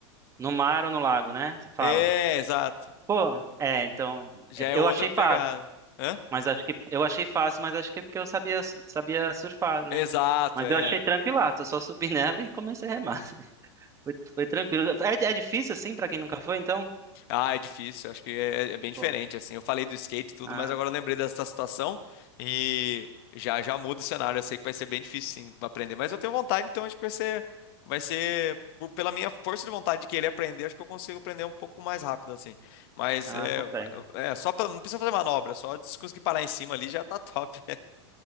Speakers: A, on the right; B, on the left.
A: no mar ou no lago, né? Você fala.
B: É, exato.
A: Pô, é, então,
B: já
A: é,
B: é
A: eu
B: outra
A: achei
B: pegada.
A: fácil,
B: Hã?
A: mas acho que eu achei fácil, mas acho que é porque eu sabia sabia surfar, né?
B: Exato,
A: Mas
B: é.
A: eu achei tranquilaço, eu só subi nela e comecei a remar. <laughs> Foi, foi tranquilo. É, é difícil assim pra quem nunca foi, então?
B: Ah, é difícil, acho que é, é é bem diferente,
A: Pô,
B: assim. Eu falei do skate e tudo,
A: ah,
B: mas agora eu lembrei dessa situação e já já muda o cenário. Eu sei que vai ser bem difícil, sim, pra aprender, mas eu tenho vontade, então acho que vai ser, vai ser por- pela minha força de vontade de querer aprender, acho que eu consigo aprender um pouco mais rápido, assim. Mas
A: ah,
B: é,
A: consegue.
B: é só pra, não precisa fazer manobra, só de conseguir parar em cima ali já tá top. <laughs>